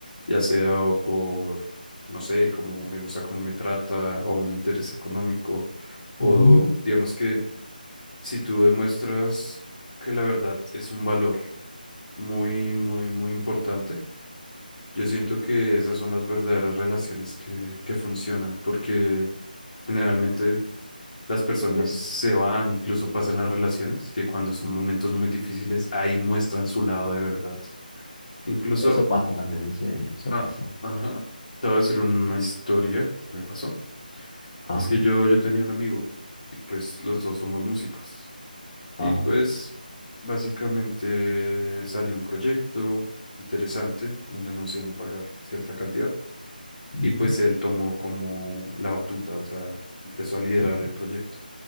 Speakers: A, on the left (about 60°); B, on the left (about 25°).
A: ya sea o por, no sé, como me gusta cómo me trata o un interés económico, o
B: Ujú,
A: digamos que si tú demuestras que la verdad es un valor muy, muy, muy importante, yo siento que esas son las verdaderas relaciones que, que funcionan, porque generalmente... Las personas
B: sí.
A: se van, incluso pasan las relaciones, que cuando son momentos muy difíciles, ahí muestran su lado de verdad. Incluso,
B: Eso pasa también, sí, eso
A: no,
B: pasa.
A: ajá, te voy a decir una historia que me pasó.
B: Ajá,
A: Y es que yo, yo tenía un amigo y pues los dos somos músicos. Y
B: ajá,
A: pues básicamente salió un proyecto interesante donde nos iban a pagar cierta cantidad.
B: ujú,
A: Y pues él tomó como la batuta, o sea, empezó a liderar
B: ujú,
A: el proyecto.